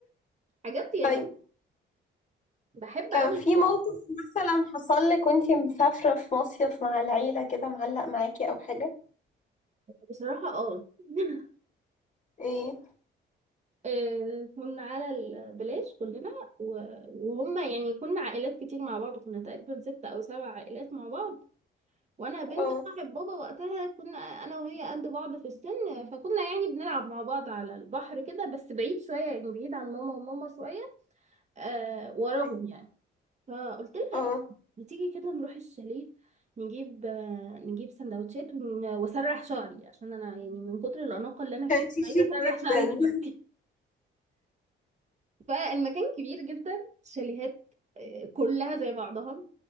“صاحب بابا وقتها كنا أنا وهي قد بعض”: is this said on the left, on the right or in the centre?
Right